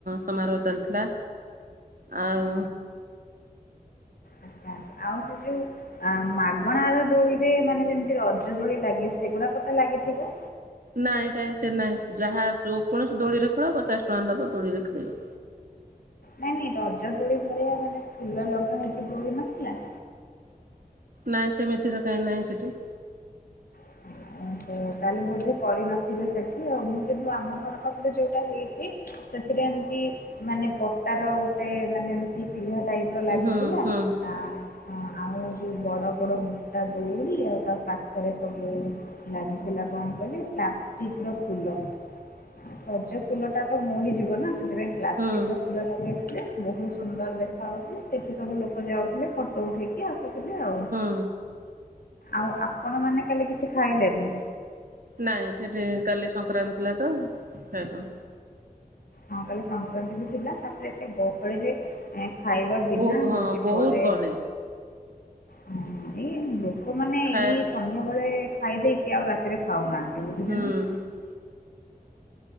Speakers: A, on the right; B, on the left.
A: ସମାରୋହ ଚାଲିଥିଲା। ଆଉ
B: ଆଛା ଆଛା ଆଉ ସେ ଯୋଉ ଆ ମାଗଣାର ଦୋଳିରେ ମାନେ ଯେମତି ରଜ ଦୋଳି ଲାଗେ ସେଗୁଡାକ ତ ଲାଗିଥିବ?
A: ନାଇଁ କାଇଁ ସେ ନାହିଁ। ଯାହା ଯୋଉ କୌଣସି ଦୋଳିରେ ଖେଳ ପଚାଶ୍ ଟଙ୍କା ଦବ ଦୋଳିରେ ଖେଳିବ।
B: ନାଇଁ ନାଇଁ ରଜ ଦୋଳି ଭଳିଆ ମାନେ ଫୁଲ ଲଗା ହେଇକି ଦୋଳି ନଥିଲା?
A: ନାଇଁ ସେମିତି ତ କାଇଁ ନାହିଁ ସେଠି।
B: <unintelligible> ହୁଁ ତାହେଲେ ବୋଧେ କରିନଥିବେ ସେଠି ଆଉ ମୁଁ କିନ୍ତୁ ଆମ ଘର ପାଖରେ ଯୋଉଟା ହେଇଚି ସେଥିରେ ଏମତି ମାନେ ପଟାର ଗୋଟେ ମାନେ ବି ପିଢା ଟାଇପ୍ ର ଲାଗିଥିଲା
A: ହୁଁ ହୁଁ
B: ଆଁ। ହଁ ଆଉ ଯୋଉ ବଡ ବଡ ମୁଟା ଦଉଡି ଆଉ ତା ପାଖରେ ସବୁ ଲାଗିଥିଲା କଣ କହିଲେ ପ୍ଲାଷ୍ଟିକ୍ ର ଫୁଲ। ସଜ ଫୁଲ ଟା ତ ମଉଳି ଯିବ ନା, ସେଥିପାଇଁ ପ୍ଲାଷ୍ଟିକ
A: ହୁଁ
B: ର ଫୁଲ ଲାଗେଇଥିଲେ ବହୁତ ସୁନ୍ଦର ଦେଖା ହଉଥିଲା ସେଠି ସବୁ ଲୋକ ଯାଉଥିଲେ ଫଟୋ ଉଠେଇକି ଆସୁଥିଲେ ଆଉ।
A: ହଁ।
B: ଆଉ ଆପଣ ମାନେ କାଲି କିଛି ଖାଇଲେନି?
A: ନାଇଁ ସେଠି କାଲି ସଂକ୍ରାନ୍ତି ଥିଲା ତ ଖାଇଲୁନୁ।
B: ହଁ କାଲି ସଂକ୍ରାନ୍ତି ବି ଥିଲା ତାପରେ ଏତେ ଗହଳିରେ ଏ ଖାଇବା ବିନା
A: ବହୁ ହଁ
B: ହେଉଛି
A: ବହୁତ
B: ଘରେ,
A: ଗହଳି
B: ହଁ ଏଇ ଲୋକମାନେ
A: ଖାଇବା
B: ଏଇ ସନ୍ଧ୍ୟାବେଳେ ଖାଇଦେଇକି ଆଉ ରାତିରେ ଖାଉନାହାନ୍ତି ବୁଝିଲେ
A: ହୁଁ ହୁଁ
B: ନା।